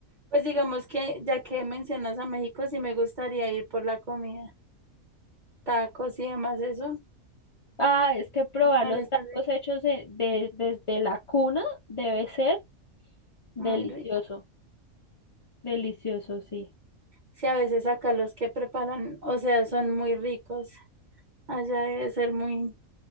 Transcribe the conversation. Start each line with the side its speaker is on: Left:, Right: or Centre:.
Right: Pues digamos que ya que mencionas a México, sí me gustaría ir por la comida, tacos y demás, eso
Left: Ah, es que probar
Right: me parece
Left: los tacos
Right: rico,
Left: hechos en- de- desde la cuna debe ser delicioso,
Right: muy rico.
Left: delicioso, sí.
Right: Sí, a veces acá los que preparan, o sea, son muy ricos. Allá debe ser muy,